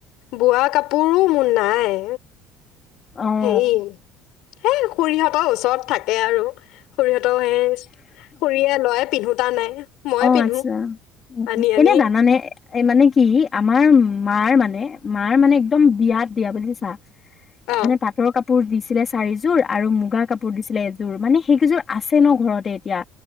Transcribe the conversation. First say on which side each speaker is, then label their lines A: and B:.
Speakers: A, on the left; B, on the left.
A: বোৱা কাপোৰো মোৰ নাই।
B: অ',
A: হেয়ি। হেই খুৰীহঁতৰ ওচৰত থাকে আৰু। খুৰীহঁতও সেই খুৰীয়ে লয় পিন্ধো টা নাই ময়ে
B: অ',
A: পিন্ধো
B: আতচা
A: আনি আনি
B: এনে জানানে? এ মানে কি আমাৰ মাৰ মানে। মাৰ মানে একদম বিয়াত দিয়া বুজিছা
A: অ
B: মানে পাটৰ কাপো কাপোৰ দিছিলে চাৰিযোৰ আৰু মুগা কাপোৰ দিছিলে এযোৰ মানে সেইকেইযোৰ আছে ন ঘৰতে এতিয়া।